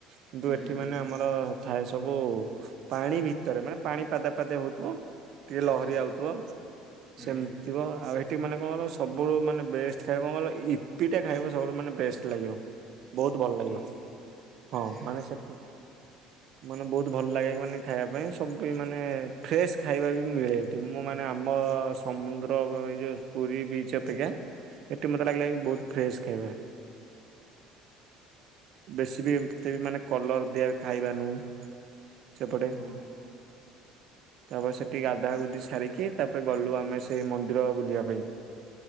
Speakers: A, on the right (about 55°); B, on the left (about 20°).
A: କିନ୍ତୁ
B: ହୁଁ
A: ଏଠି ମାନେ ଆମର ଥାଏ ସବୁ ପାଣି ଭିତରେ ମାନେ ପାଣି ପାଦେ ପାଦେ ହଉଥିବ ଟିକେ ଲହରୀ
B: ଆଚ୍ଛା
A: ଆଉଥିବ
B: ହୁଁ
A: ସେମିତି ଥିବ ଆଉ ହେଠି ମାନେ କଣ କହିଲ ସବୁଠୁ ମାନେ ବେଷ୍ଟ୍ <unintelligible> କଣ କହିଲ ଇପି ଟା ଖାଇବ ସବୁଠୁ ମାନେ ବେଷ୍ଟ୍ ଲାଗିବ। ବହୁତ୍ ଭଲ
B: ଇପି
A: ଲାଗିବ ହଁ
B: ଆଚ୍ଛା
A: ମାନେ ସେ ମାନେ ବହୁତ୍ ଭଲ ଲାଗେ ମାନେ ଖାଇବା ପାଇଁ ସବୁ ମାନେ ଫ୍ରେଶ୍ ଖାଇବା ବି ମିଳେ ଏଠି ମୁଁ ମାନେ ଆମ ସମୁଦ୍ର ଓହୋ ଏଇ ଯଉ ପୁରୀ ବିଚ୍
B: ହୁଁ
A: ଅପେକ୍ଷା ଏଠି ମତେ ଲାଗିଲା କି ବହୁତ୍ ଫ୍ରେଶ୍ ଖାଇବା। ବେଶୀ ବି ଏମିତ ବି ମାନେ କଲର୍ ଦିଆ ଖାଇବା ନୁହୁଁ ସେପଟେ।
B: ଓ
A: ତାପରେ ସେଠି ଗାଧା ଗୁଧି ସାରିକି ତାପରେ ଗଲୁ ଆମେ ସେଇ ମନ୍ଦିର ବୁଲିବା ପାଇଁ।